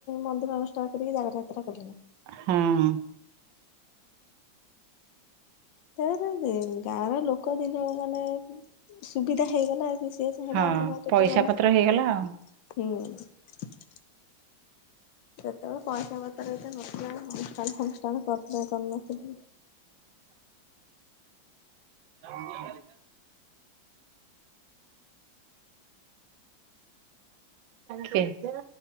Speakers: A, on the left; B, on the right.
A: ମନ୍ଦିର ଅନୁଷ୍ଠାନ କରିକି ଜାଗର ଯାତ୍ରା କଲେଣି।
B: ହଁ
A: ତାର ଗାଁର ଲୋକ ଦିନ ମାନେ ସୁବିଧା ହେଇଗଲା। ସେ ଚାହିଁଲେ
B: ହଁ
A: ଆମ ଗାଁରେ
B: ପଇସା
A: ଟିକେ ଅନୁଷ୍ଠାନ
B: ପତ୍ର ହେଇଗଲା
A: ଖୋଲା ହବ।
B: ଆଉ।
A: ସେତେବେଳେ ପଇସା ପତ୍ର ଏତେ ଅନୁଷ୍ଠାନ ଫାନୁଷ୍ଠାନ କରିୁନଥିଲେ।
B: <inaudible> କିଏ?